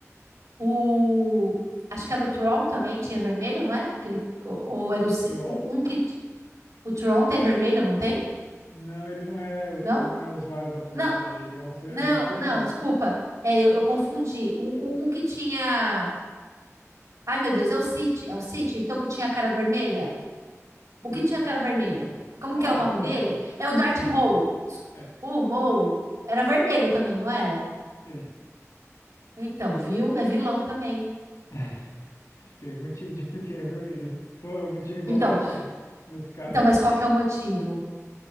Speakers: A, on the right; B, on the left.
A: O, acho que era o Tron também, tinha vermelho, não é? Aquele, ou, ou era o, ci-
B: João?
A: o- um que. t- O Tron tem vermelho, não tem?
B: Não, ele não é,
A: Não?
B: ele não é usuário da força,
A: Não,
B: ele é um ser,
A: não,
B: ele é uma pessoa
A: não,
B: normal.
A: desculpa. É, eu, eu confundi. O, o- um que tinha. Ai, meu Deus, é o City, é o City, então que tinha a cara vermelha? O
B: Hum.
A: que tinha a cara vermelha? Como
B: Ah,
A: que é o nome
B: o Maul.
A: dele? É o Darth
B: O Maul.
A: Maul. Des-
B: É,
A: O Maul era vermelho também, não era?
B: sim.
A: Então, viu? É vilão também.
B: <laughs> Tem um motivo de por que é vermelho. Então é um motivo igual
A: Então,
B: para todos, nesse caso.
A: então, mas qual que é o motivo?